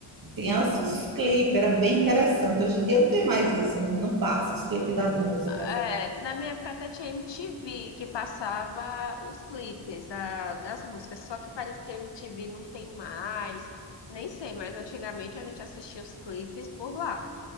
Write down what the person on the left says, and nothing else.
É, na minha época até tinha MTV que passava os clipes da- das músicas, só que parece que a MTV não tem mais, nem sei, mas antigamente a gente assistia os clipes por lá.